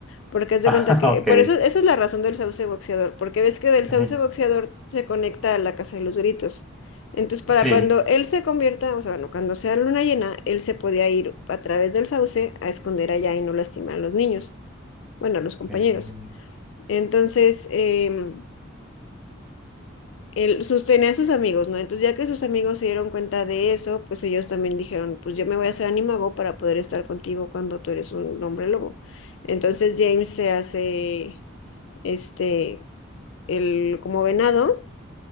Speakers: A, on the left; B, in the centre.
A: Porque haz de
B: <laughs> Ajá,
A: cuenta que,
B: ok,
A: por eso, esa es la razón del sauce boxeador, porque ves que
B: sí,
A: del sauce boxeador se conecta a la Casa de los Gritos. Entonces, para
B: sí.
A: cuando él se convierta, o sea, bueno, cuando sea luna llena, él se podía ir a través del sauce a esconder allá y no lastimar a los niños, bueno, a los compañeros.
B: Ok,
A: Entonces, em, él sostenía a sus amigos, ¿no? Entonces, ya que sus amigos se dieron cuenta de eso, pues ellos también dijeron, pues yo me voy a hacer animago para poder estar contigo cuando tú eres un hombre lobo. Entonces, James se hace, este, el como venado,